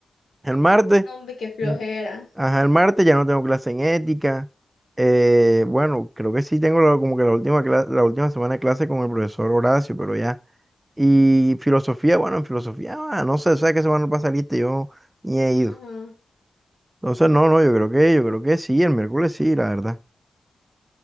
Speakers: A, on the right; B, on the left.
A: El martes,
B: No, Hombre, qué flojera.
A: mm, ajá, el martes ya no tengo clase en ética. Eh, bueno, creo que sí tengo la- como que la última, cla- la última semana de clase con el profesor Horacio, pero ya. Y filosofía, bueno, en filosofía, ah, no sé, o sea que se van a pasar lista, yo ni he ido.
B: Ajá.
A: Entonces, no, no, yo creo que, yo creo que sí, el miércoles sí, la verdad.